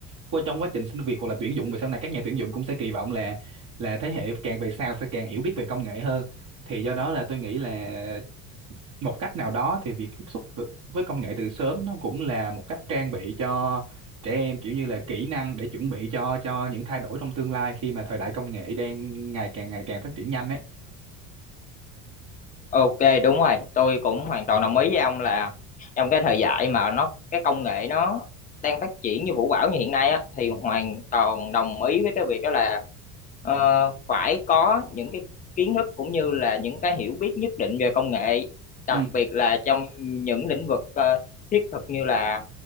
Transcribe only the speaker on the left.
Ok đúng rồi, tôi cũng hoàn toàn đồng ý với ông là trong cái thời đại mà nó cái công nghệ nó đang phát triển như vũ bão như hiện nay á thì hoàn toàn đồng ý với cái việc đó là ờ, phải có những cái kiến thức cũng như là những cái hiểu biết nhất định về công nghệ, đặc
biệt là trong những lĩnh vực ờ, thiết thực như là